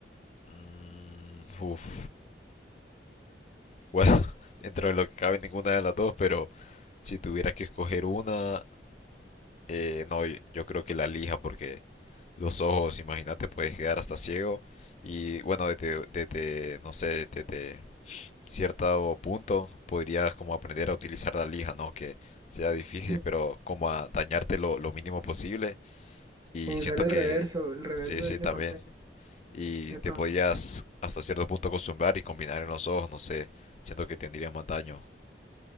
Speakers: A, on the left; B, on the right.
A: Mm, uf, bueno, <laughs> dentro de lo que cabe ninguna de las dos, pero si tuviera que escoger una, eh, no, yo, yo creo que la lija porque los ojos, imagínate, puedes quedar hasta ciego y bueno, desde, desde, no sé, desde cierto punto podrías como aprender a utilizar la lija, ¿no? Que sea difícil,
B: Ujú.
A: pero como a dañarte lo, lo mínimo posible y
B: O usar
A: siento
B: el
A: que
B: reverso, el reverso
A: sí, sí,
B: de ese
A: también.
B: papel.
A: y te
B: Epa,
A: podías hasta cierto punto acostumbrar y combinar en los ojos, no sé, siento que tendría más daño.